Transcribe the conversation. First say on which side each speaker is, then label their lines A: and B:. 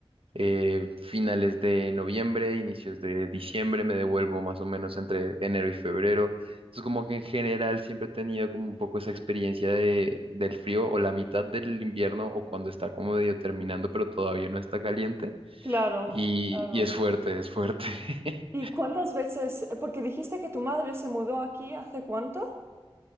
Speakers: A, on the right; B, on the right.
A: eh, finales de noviembre, inicios de diciembre, me devuelvo más o menos entre enero y febrero. Entonces como que en general siempre he tenido como un poco esa experiencia de, del frío o la mitad del invierno o cuando está como medio terminando pero todavía no está caliente
B: Claro,
A: y,
B: claro.
A: y es fuerte, es fuerte. <laughs>
B: ¿Y cuántas veces? Porque dijiste que tu madre se mudó aquí ¿hace cuánto?